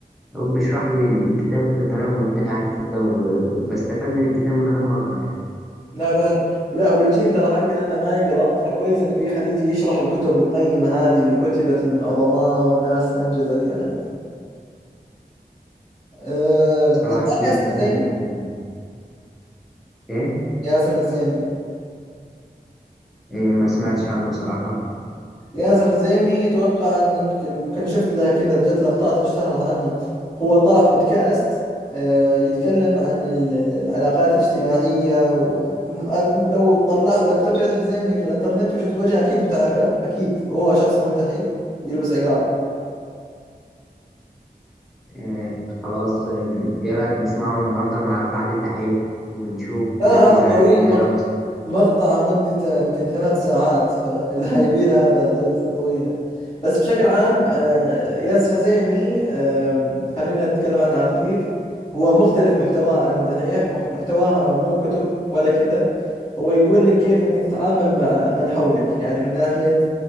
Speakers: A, in the centre; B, on the left.
A: هو بيشرح لي الكتاب بطريقة ممتعة كده و- وبستفاد من الكتاب من غير ما أقرأ
B: لا فعلا لا والجيل ترى حقنا انه ما يقرا فكويس ان في احد يجي يشرح الكتب القيمة هذه اللي كتبت من عظماء وناس انجزت يعني أه... انت
A: بصراحة
B: عارف
A: كتير
B: ياسر
A: استفدت
B: الحزيمي
A: من الموضوع. ده. إيه؟
B: ياسر الحزيمي
A: إيه ما سمعتش عنه بصراحة
B: ياسر حزيمي اتوقع انك يمكن شفت له كذا جت لقطات اشتهرت عنه هو طلع في بودكاست آه، يتكلم عن ال- ال- العلاقات الاجتماعية و... م- أد- لو طلع لو كتبت ياسر حزيمي في الانترنت وشفت وجهه اكيد بتعرفه اكيد هو شخص ملتحي يلبس عقال
A: إيه خلاص إيه إيه رأيك نسمعه النهاردة مع بعد الدحيح ونشوف
B: لا هذا
A: كده
B: طويل
A: نجرب
B: مقطع مدته يمكن ثلاث ساعات فلا يبيله <laughs> هذا جلسة طويلة بس بشكل عام آه، ياسر حزيمي آم، خلينا نتكلم عنه على الخفيف هو مختلف محتواه عن الدحيح مخ- محتواها مو كتب ولا كذا هو يقول لك كيف انك تتعامل مع من حولك يعني من ناحية